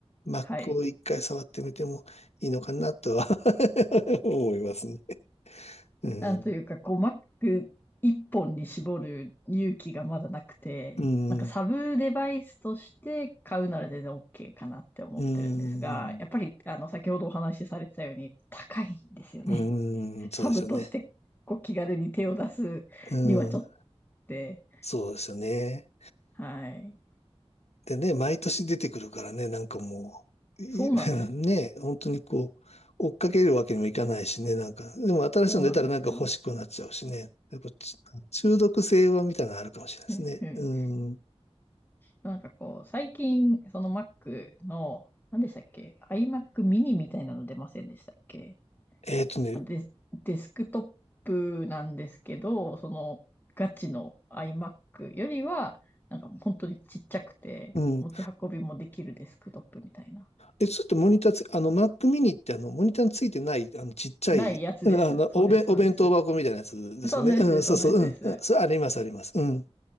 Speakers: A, on the left (about 80°); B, on the left (about 20°).
A: Mac
B: はい。
A: を一回触ってみてもいいのかなとは <laughs> 思いますね。うん。
B: なんというか、こう、Mac 一本に絞る勇気がまだなくて、
A: うん。
B: なんかサブデバイスとして買うなら全然 OK かなって思ってるんですが、
A: うん。
B: やっぱり、あの、先ほどお話しされてたように高いんですよね。
A: うん。そうですよね。
B: サブとして、こう、気軽に手を出すにはちょっとって、
A: うん。そうですよね。
B: はい。
A: でね、毎年出てくるからね、なんかもう、い
B: そうなんです。
A: <laughs> ね、本当にこう、追っかけるわけにもいかないしね、なんか、でも新しいの出たらなんか欲しくなっちゃうしね、
B: そうなんですよ。
A: やっぱち中毒性はみたいなのあるかもしれないですね。
B: うんうん
A: うん。
B: なんかこう、最近、その Mac の、何でしたっけ ?iMac mini みたいなの出ませんでしたっけ
A: えっとね、
B: デス、デスクトップなんですけど、そのガチの iMac よりは、なんか本当にちっちゃくて、
A: うん。
B: 持ち運びもできるデスクトップみたいな。
A: え、ちょっとモニターつ、あの、Mac mini ってあの、モニターについてない、あの、ちっちゃい、
B: ないやつです。
A: うんあの、
B: そうです、
A: お弁、
B: そうです。
A: お弁当箱みたいなやつですよね。
B: そんなやつです、
A: うん、そうそう、
B: そんなやつです。
A: うん。あそれあります、あります。うん。